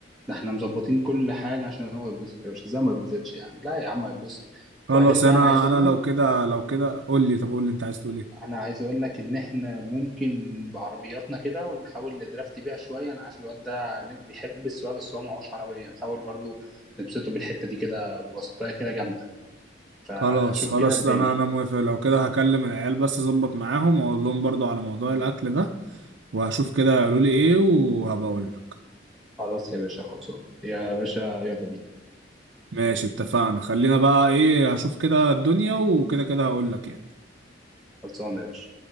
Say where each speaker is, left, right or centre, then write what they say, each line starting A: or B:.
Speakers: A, in the centre; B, on the right.
A: ده احنا مظبطين كل حاجة عشان هو يتبسط يا باشا ازاي ما يتبسطش يعني لا يا عم هيتبسط
B: خلاص
A: وبعدين بقى
B: انا
A: انا عايز اقول
B: انا لو
A: لك
B: كده لو كده قول لي طب قول لي انت عايز تقول ايه
A: انا عايز اقول لك ان احنا ممكن بعربياتنا كده ونحاول ندرافت بيها شوية انا عارف الواد ده بيحب السواقة بس هو معهوش عربية نحاول برضو نبسطه بالحتة دي كده بسطاية كده جامدة فشوف
B: خلاص خلاص
A: كده الدنيا
B: انا انا موافق لو كده هكلم العيال بس اظبط معاهم واقول لهم برضو على موضوع الاكل ده وهشوف كده هيقولوا لي ايه وهبقى اقول لك
A: خلاص يا باشا خلصان يا باشا يلا بينا
B: ماشي اتفقنا خلينا بقى ايه هشوف كده الدنيا وكده كده هقول لك يعني
A: خلصانة يا باشا